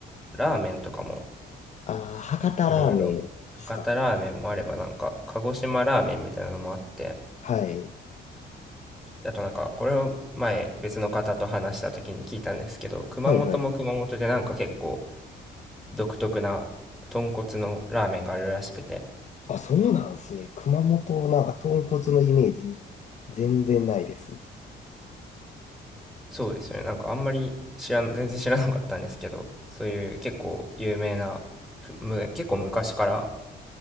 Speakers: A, in the centre; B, on the left.
A: う、ラーメンとかも
B: ああ、博多ラーメンっすか。
A: いろいろ、博多ラーメンもあればなんか鹿児島ラーメンみたいなのもあって、
B: はい。
A: あとなんか、これを前別の方と話した時に聞いたんですけど、熊本も熊本でなんか結構
B: はいはい。
A: 独特な豚骨のラーメンがあるらしくて、
B: あ、そうなんすね。熊本、なんか豚骨のイメージ全然ないです。
A: そうですよね。なんかあんまり知らん、全然知らなかったんですけど、そういう結構有名な、ふむ、結構昔から